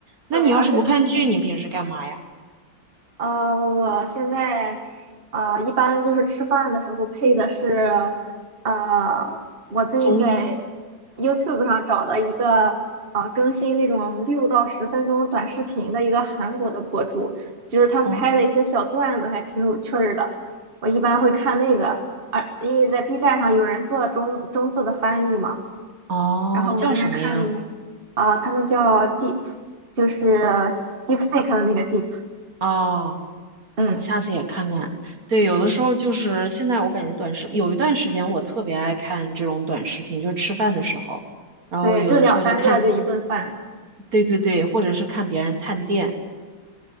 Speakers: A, on the right; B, on the right.
A: 那你要是不看剧，
B: 对，而且，嗯，
A: 你平时干嘛呀？
B: 呃，我现在，呃，一般就是吃饭的时候配的是，呃，我最近在
A: 综艺？
B: YouTube 上找的一个，呃，更新那种六到十分钟短视频的一个韩国的博主，就是他们拍的一些小段子，
A: 哦
B: 还挺有趣儿的。我一般会看那个，而因为在 B 站上有人做中中字的翻译嘛，
A: 哦，
B: 然后我就会看那个，
A: 叫什么呀？
B: 啊、他们叫 Deep，就是 DeepSeek 的那个 Deep。
A: 哦，
B: 嗯，
A: 我下次也看看。对，有的时候就是现在，我感觉短视，有一段时间我特别爱看这种短视频，就是吃饭的时候，然后有的时候就看，
B: 对，就两三个就一顿饭，
A: 对对对，或者是看别人探店，